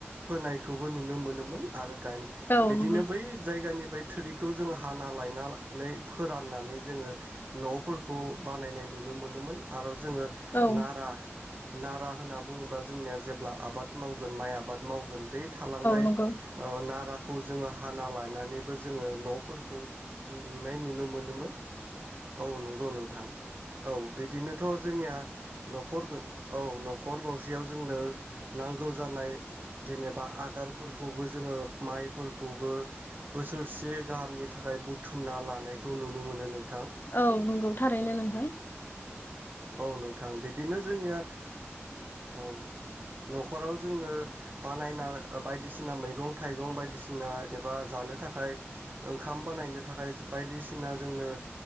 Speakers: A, on the right; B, on the left.
A: फोनायखौबो नुनो मोनोमोन आरो <unintelligible>
B: औ
A: बिदिनो
B: नंगौ
A: बै जायगानिफाय थोरिखौ जोङो हाना लायनानै फोराननानै जोङो न'फोरखौ बानायनाय नुनो मोनोमोन आर जोङो
B: औ
A: नारा नारा होनना बुङोब्ला जोंनिया जेब्ला आबाद मावगोन माइ आबाद मावगोन बे थालांनाय
B: नंगौ
A: ओ नारा खौ जोङो हाना लानानैबो जोङो न'फोरखौ लुनाय नुनो मोनोमोन। औ नंगौ नोंथां औ। बिदिनोथ' जोंनिया न'खर औ न'खर गंसेयाव जोंनो नांगौ जानाय जेनेबा आदारफोरखौबो जोङो माइफोरखौबो बोसोरसे गाहामनि थाखाय बुथुमना लानायखौ नुनो मोनो नों
B: औ नंगौ थारैनो नोंथा।
A: औ नोंथां। बिदिनो जोंनिया औ न'खराव जोंनो बानायना बायदिसिना मैगं थाइगं बायदिसिना एबा जानो थाखाय ओंखाम बानायनो थाखाय बायदिसिना जोंनो